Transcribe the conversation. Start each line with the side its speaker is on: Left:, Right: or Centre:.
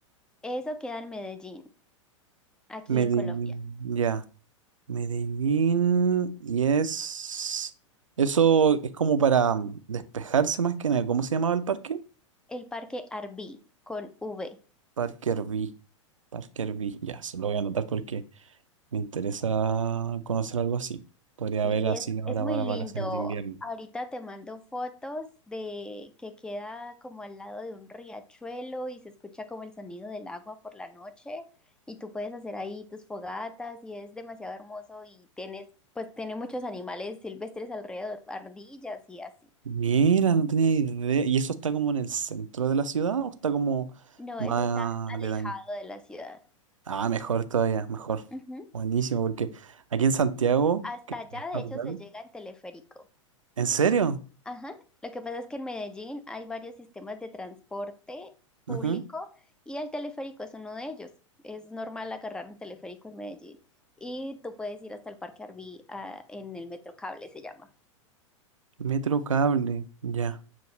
Centre: Eso queda en Medellín, aquí
Right: Medellín,
Centre: en Colombia.
Right: ya. Medellín, y es... Eso es como para mm, despejarse más que nada. ¿Cómo se llamaba el parque?
Centre: El Parque Arví con V.
Right: Parque Herbí. Parque Herbí, ya, se lo voy a anotar porque me interesa conocer algo así. Podría
Centre: Sí,
Right: haber así
Centre: es,
Right: ahora
Centre: es muy
Right: para
Centre: lindo.
Right: las vacaciones de invierno.
Centre: Ahorita te mando fotos de que queda como al lado de un riachuelo y se escucha como el sonido del agua por la noche y tú puedes hacer ahí tus fogatas y es demasiado hermoso y tienes, pues tiene muchos animales silvestres alrededor, ardillas y así.
Right: Mira, no tenía idea. ¿Y eso está como en el centro de la ciudad o está como
Centre: No,
Right: más
Centre: eso está alejado
Right: aledaño?
Centre: de la ciudad.
Right: Ah, mejor todavía, mejor.
Centre: Ujú.
Right: Buenísimo, porque aquí en Santiago,
Centre: Hasta
Right: que
Centre: allá,
Right: es
Centre: de
Right: capital.
Centre: hecho, se llega en teleférico.
Right: ¿En serio?
Centre: Ajá, lo que pasa es que en Medellín hay varios sistemas de transporte público
Right: Ujú.
Centre: y el teleférico es uno de ellos. Es normal agarrar un teleférico en Medellín y tú puedes ir hasta el Parque Arví ah, en el Metrocable, se llama.
Right: Metro cable, ya.